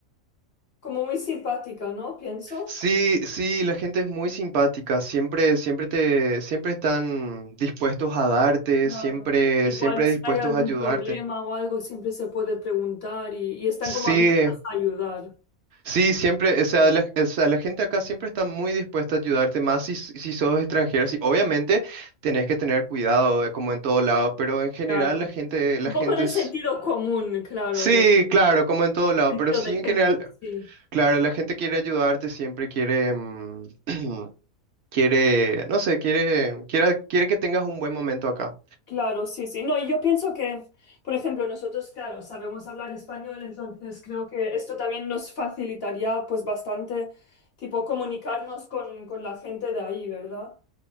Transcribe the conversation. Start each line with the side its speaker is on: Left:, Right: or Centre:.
Left: Como muy simpática, ¿no? Pienso.
Right: Sí, sí, la gente es muy simpática, siempre, siempre te, siempre están dispuestos a darte,
Left: Claro.
Right: siempre,
Left: Igual
Right: siempre
Left: si
Right: dispuestos
Left: hay algún
Right: a ayudarte.
Left: problema o algo, siempre se puede preguntar y, y están
Right: Sí,
Left: como abiertos a ayudar.
Right: Sí, siempre, o sea, la, o sea, la gente acá siempre está muy dispuesta a ayudarte, más si, si sos extranjero. Sí, obviamente tenés que tener cuidado, eh, como en todo lado, pero en general
Left: Claro.
Right: la gente, la
Left: Un poco
Right: gente
Left: de
Right: es...
Left: sentido común, claro,
Right: Sí,
Left: de
Right: claro, como en todo lado,
Left: sentido
Right: pero sí
Left: de
Right: en
Left: gente,
Right: general,
Left: sí.
Right: claro, la gente quiere ayudarte, siempre quiere, mm, <clears throat> quiere, no sé, quiere, quiere, quiere que tengas un buen momento acá.
Left: Claro, sí, sí. No, y yo pienso que, por ejemplo, nosotros, claro, sabemos hablar español, entonces creo que esto también nos facilitaría pues bastante, tipo, comunicarnos con, con la gente de ahí, ¿verdad?